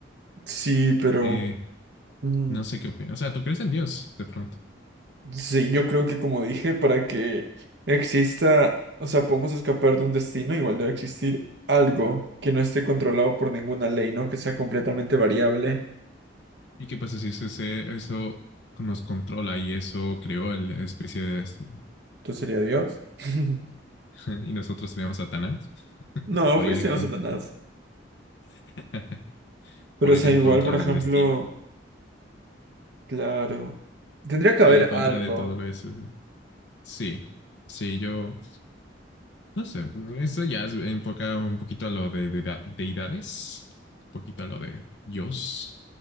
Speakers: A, on the right; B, on the left.
A: Sí, pero...
B: Eh,
A: mm,
B: no sé qué opinas. O sea, tú crees en Dios de pronto.
A: Sí, yo creo que como dije, para que exista, o sea, podemos escapar de un destino, igual debe existir algo que no esté controlado por ninguna ley, ¿no? Que sea completamente variable.
B: ¿Y qué pasa si ese- ese- eso nos controla y eso creó la especie de destino?
A: Entonces sería Dios. <laughs>
B: <laughs> Y nosotros seríamos Satanás
A: No,
B: por
A: porque
B: ir
A: se
B: en
A: llama
B: contra,
A: Satanás.
B: <laughs>
A: Pero
B: por
A: o
B: ir
A: sea,
B: en
A: igual,
B: contra
A: por ejemplo,
B: del destino,
A: claro, tendría que haber
B: ir en contra
A: algo.
B: de todo lo eso. Sí, sí, yo. No sé, eso ya es enfoca un poquito a lo de, de- de- deidades, un poquito a lo de Dios.